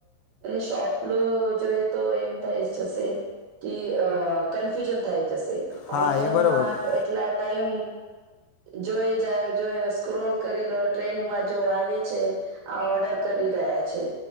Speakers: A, on the right; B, on the left.
A: અને સોપલો જોઈએ તો એમ થઈ જશે. કે અ કન્ફ્યુઝન થાય. જશે
B: હા
A: ઓનલાઈનમાં
B: એ બરાબર બોલ
A: એટલા ટાઈમ જોઈ જો સ્ક્રોલ કરી લો ટ્રેન્ડમાં જો આવે છે આ ઓર્ડર કરી રહ્યા છે